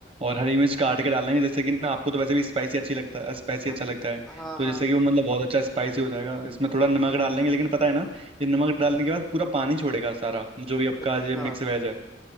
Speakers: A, on the right (about 30°); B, in the centre.
A: और हरी मिर्च काट के डाल देंगे जैसे कि ना आपको तो वैसे भी स्पाइसी अच्छी लगता है स्पाइसी
B: हाँ
A: अच्छा लगता है
B: हाँ
A: तो
B: हाँ,
A: जैसे कि वो मतलब बहुत अच्छा स्पाइसी हो जाएगा इसमें थोड़ा नमक डाल देंगे लेकिन पता है ना ये नमक डालने के बाद पूरा पानी छोड़ेगा सारा जो भी आपका
B: अच्छा
A: ये मिक्स वेज है